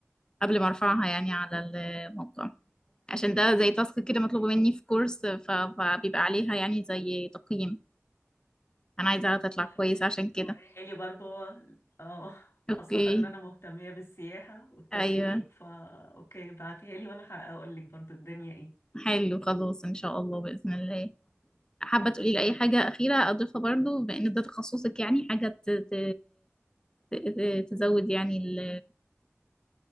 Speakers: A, on the left; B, on the left.
A: قبل ما ارفعها يعني على الموقع عشان ده زي تاسك كده
B: اوكي
A: مطلوبة مني في كورس ف- فبيبقى عليها يعني زي تقييم انا عايزاها تطلع
B: طيب
A: كويسة
B: يا ريت
A: عشان كده
B: توريها لي لي برضو اه
A: اوكي
B: خاصة ان انا مهتمية بالسياحة والتسويق
A: ايوه
B: فا اوكي بعتيها لي وانا هقول لك برضو الدنيا ايه
A: حلو خلاص ان شاء الله باذن الله حابة تقولي لي اي حاجة اخيرة اضيفها برضو بان ده تخصصك يعني حاجة ت... ت... ت... ت- تزود يعني ال...